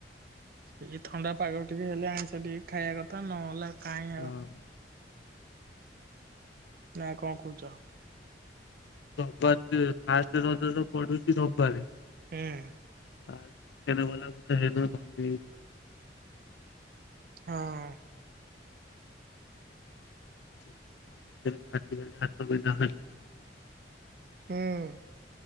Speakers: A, on the right; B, on the left.
A: ଏଇ ଥଣ୍ଡା ପାଗ ଟିକେ ହେଲେ ଆଇଁଷ ଟିକେ ଖାଇବା କଥା ନହେଲେ କାହିଁ
B: ହଁ।
A: ଆଉ <inaudible> ନା କଣ କହୁଚ?
B: ରବିବାର ଦି ଫାଷ୍ଟେ <unintelligible> ପଡୁଚି ରବିବାରେ।
A: ଉଁ।
B: <unintelligible>
A: ହଁ।
B: <unintelligible>
A: ହୁଁ।